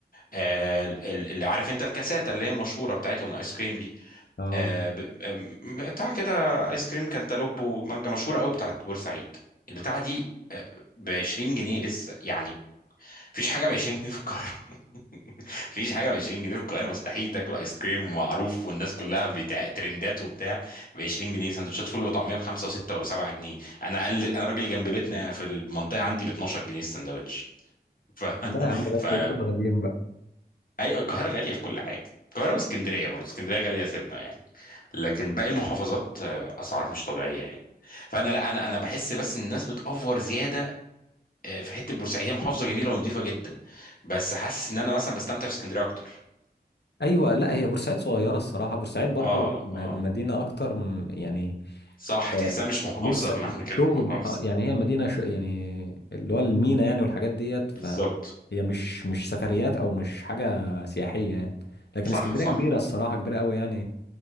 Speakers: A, on the left; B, on the left.
A: آه، ال- ال- اللي عارف انت الكاساتا اللي هي مشهوره بتاعتهم الايس كريم دي
B: اه
A: آه، ب- آم، بتاع كده ايس كريم كانتالوب ومانجا مشهوره قوي بتاعت بورسعيد البتاعه دي ب 20 جنيه لسه يعني مفيش حاجه ب 20 جنيه في القاهره مفيش حاجه ب 20 جنيه في القاهره مستحيل تاكل ايس كريم معروف والناس كلها بتاع ترندات وبتاع ب 20 جنيه سندوتشات فول وطعميه ب 5 و6 و7 جنيه انا اقل انا الراجل اللي جنب بيتنا في المنطقه عندي ب 12 جنيه السندوتش ف
B: لا
A: <laughs>
B: يا عم ده انتوا
A: ف
B: انتوا اللي غاليين بقى
A: اي القاهره غاليه في كل حاجه القاهره واسكندريه برضه اسكندريه غاليه سنه يعني لكن باقي المحافظات آه، اسعار مش طبيعيه يعني فانا لا انا انا بحس بس ان الناس بتأفور زياده آه، في حته بورسعيد هي محافظه جميله ونظيفه جدا بس حاسس ان انا مثلا بستمتع في اسكندريه اكتر
B: ايوه لا هي بورسعيد صغيره الصراحه بورسعيد برضو
A: اه
B: م-
A: اه
B: مدينه اكتر م- يعني
A: صح
B: آه،
A: تحسها مش محافظة
B: لسه
A: بمعنى كلمة
B: شغل
A: محافظة
B: اه يعني هي مدينه ش... يعني اللي هو المينا يعني والحاجات ديت فهي
A: بالظبط
B: مش مش سفريات او مش حاجه سياحيه يعني لكن
A: صح
B: اسكندريه
A: صح
B: كبيره الصراحه كبيره قوي يعني